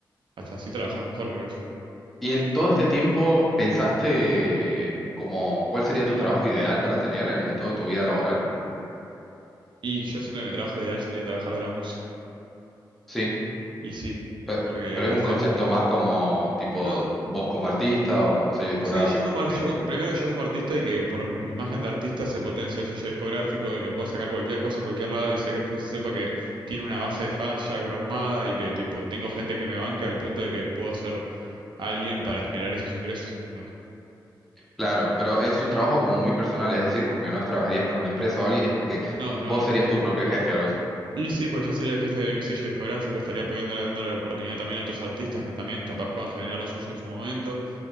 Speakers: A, on the right; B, in the centre.
A: Hasta así trabajas mejor, creo yo.
B: Y en todo este tiempo, ¿pensaste como cuál sería tu trabajo ideal para tener en, en toda tu vida laboral?
A: Y yo siento que mi trabajo ideal sería trabajar de la música.
B: Sí,
A: Y sí,
B: pe-
A: porque
B: pero es un
A: sería.
B: concepto más como tipo
A: No,
B: vos como artista o como sello discográfico,
A: sí, yo como,
B: porque
A: ar- yo
B: me dijiste.
A: co- primero yo como artista y que por mi imagen de artista se potencia el sello discográfico, de que pueda sacar cualquier cosa en cualquier lado y sé que se- sepa que tiene una base de fans ya armada y que tipo tengo gente que me banque al punto de que puedo ser alguien para generar esos ingresos. ¿entendés?
B: Claro, pero es un trabajo como muy personal, es decir, como que no trabajarías para una empresa o alguien, es como que
A: No, no,
B: vos
A: no.
B: serías tu propio jefe, algo así.
A: Y sí, pues yo sería el jefe de mi sello discográfico, estaría apoyándole, dándole la oportunidad también a otros artistas que también capaz puedan generar lo suyo en su momento.